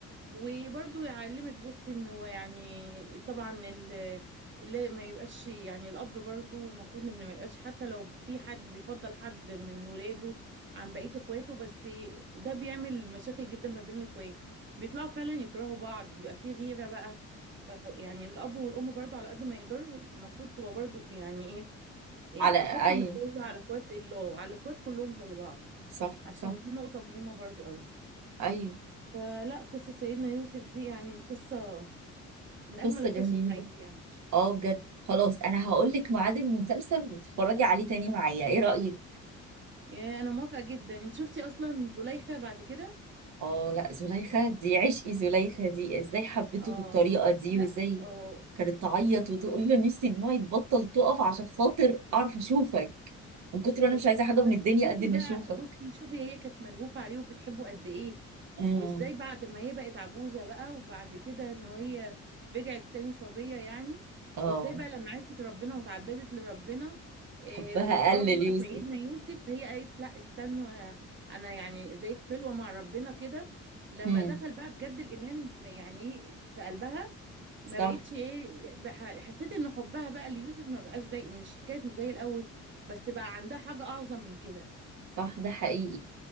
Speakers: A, on the right; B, on the right.
A: وبرضه يعلمك بصي ان هو يعني طبعا ال لا ما يبقاش يعني الاب برضه المفروض ان ما يبقاش حتى لو في حد بيفضل حد من ولاده عن بقيه اخواته بس ده بيعمل مشاكل جدا ما بين الاخوات بيطلعوا فعلا يكرهوا بعض بيبقى في غيره بقى ف يعني الاب والام برضه على قد ما يقدروا المفروض تبقى برضه يعني ايه إيه،
B: على أيوه
A: الحب متوزع على اخوات ال- اه على الاخوات كلهم زي بعض
B: صح
A: عشان
B: صح
A: دي نقطه مهمه برضه قوي
B: أيوه
A: فلا قصة سيدنا يوسف دي يعني قصة من أجمل
B: قصة
A: القصص
B: جميلة
A: حقيقي يعني
B: اه بجد خلاص أنا هقول لك ميعاد المسلسل وتتفرجي عليه تاني معايا إيه رأيك؟
A: يا أنا موافقة جدا أنت شفتي أصلا زليخة بعد كده؟
B: اه لا زليخة دي عشقي زليخة دي ازاي حبيته
A: آه
B: بالطريقة دي
A: لا
B: وازاي
A: آه
B: كانت تعيط وتقول له نفسي دموعي تبطل تقف عشان خاطر أعرف أشوفك من
A: بالظبط
B: كتر ما أنا مش عايزة حاجة
A: بس
B: من الدنيا
A: شوفي
B: قد إني
A: بقى
B: أشوفك
A: بصي شوفي هي كانت ملهوفة عليه وبتحبه قد ايه
B: امم
A: وازاي بعد ما هي بقت عجوزة بقى وبعد كده ان هي رجعت تاني صبية يعني
B: اه
A: وازاي بقى لما عرفت ربنا وتعبدت لربنا إيه
B: حبها
A: وطلبنا
B: قل ليوسف
A: بقى سيدنا يوسف هي قالت لا استنوا انا انا يعني زي في خلوة مع ربنا كده لما
B: امم
A: دخل بقى بجد الايمان يعني إيه، في قلبها ما
B: صح
A: بقتش ايه بح- حسيت ان حبها بقى ليوسف ما بقاش زي مش حكايه زي الاول بس بقى عندها حاجه اعظم من كده
B: صح ده حقيقي